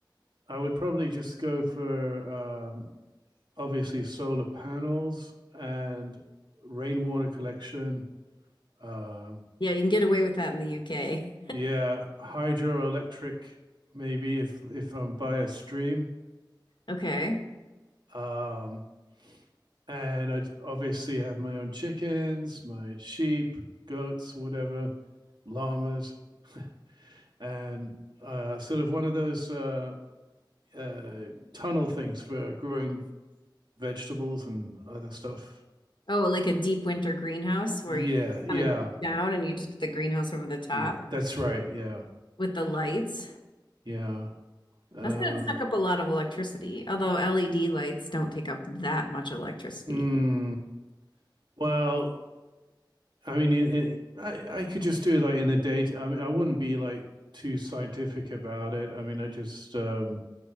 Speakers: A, on the right; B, on the left.
A: I would probably just go for um, obviously solar panels and rainwater collection. Um,
B: Yeah, you can get away with that in the UK.
A: yeah, hydroelectric, maybe if if I'm by a stream.
B: Okay.
A: Um, and I obviously have my own chickens, my sheep, goats, whatever, llamas. <laughs> and uh, sort of one of those uh, uh, tunnel things for growing vegetables and other stuff.
B: Oh, like a deep winter greenhouse where
A: Yeah,
B: you
A: yeah,
B: kind of down and you just put the greenhouse over the top
A: yeah that's right. Yeah,
B: with the lights.
A: yeah. Um,
B: That's gonna suck up a lot of electricity, although LED lights don't take up that much electricity.
A: mm, well, I mean, in, in, I I could just do like in the day. I mean, I wouldn't be like too scientific about it. I mean, I just um,